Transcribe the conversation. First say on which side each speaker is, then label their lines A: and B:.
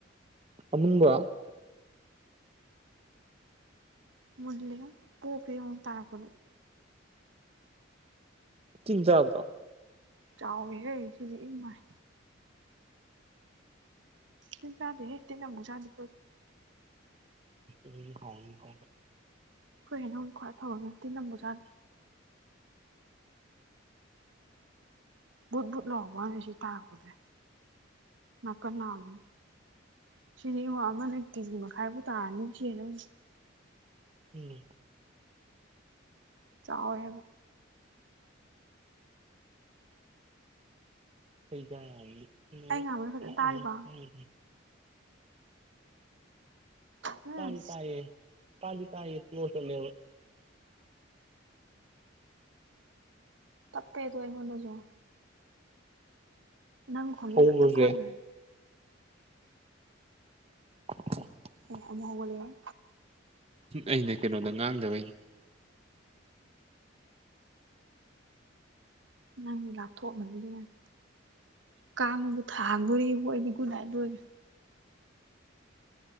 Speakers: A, on the right (about 30°); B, on the right (about 65°).
A: ꯑꯃꯨꯡꯕ
B: ꯎ ꯄꯣꯀ ꯇꯥꯀꯣ
A: ꯆꯤꯟꯖꯥꯗ꯭ꯔꯣ
B: ꯆꯥꯎꯋꯤꯍꯦ ꯁꯤꯗꯤ ꯏꯃꯥꯏ ꯗꯦꯇꯗꯤꯅ ꯃꯨꯖꯥꯗꯕꯗꯤ
A: ꯗꯤ ꯍꯥꯎ ꯐꯥꯎ
B: ꯑꯩꯈꯣꯏ ꯍꯩꯅꯉ ꯈ꯭ꯋꯥꯏ ꯐꯕ ꯅꯠꯇꯦ ꯅꯝꯕꯁꯨꯖꯥꯗꯦ ꯕꯨꯠ ꯕꯨꯠ ꯂꯥꯛꯕ ꯍꯥꯏꯅꯁꯤ ꯇꯥꯔꯛꯄꯗ ꯅꯥꯀꯟ ꯅꯥꯍ ꯁꯤꯅꯦ ꯏꯨ ꯑꯃꯅ ꯀꯦꯖꯤ ꯃꯈꯥꯏꯐꯥꯎ ꯇꯥꯔꯅꯤꯕꯨ ꯆꯦꯅꯁꯦ
A: ꯎꯝ
B: ꯆꯥꯎꯋꯦꯕ
A: <unintelligible>
B: ꯑꯩ ꯉꯥꯡꯕꯗꯣ ꯐꯖꯅ ꯇꯥꯔꯤꯕ ꯎꯝ
A: ꯄꯥꯂꯤ ꯇꯥꯏꯌꯦ ꯄꯥꯂꯤ ꯇꯥꯏ ꯁꯣꯁ ꯂꯩꯕ
B: ꯇꯄꯦꯗꯏ ꯃꯖ ꯅꯪ ꯈꯣꯟꯖꯦ
A: ꯍꯧꯕꯁꯦ
B: ꯂꯣꯏ ꯇꯞꯊꯈ꯭ꯔꯦ
A: ꯑꯣ
B: ꯑꯩ ꯑꯃꯒ ꯂꯩ
A: ꯑꯩꯅ ꯀꯩꯅꯣꯗ ꯉꯥꯡꯗꯕꯩꯅꯤ
B: ꯅꯪꯅꯦ ꯂꯥꯞꯊꯣꯛꯑꯝꯃꯅꯤꯗ ꯅꯪ ꯀꯥꯡꯅꯕꯨ ꯊꯥꯡꯈꯣꯔꯤ ꯍꯣꯏꯅꯤꯒꯨꯗꯥꯗꯣꯏ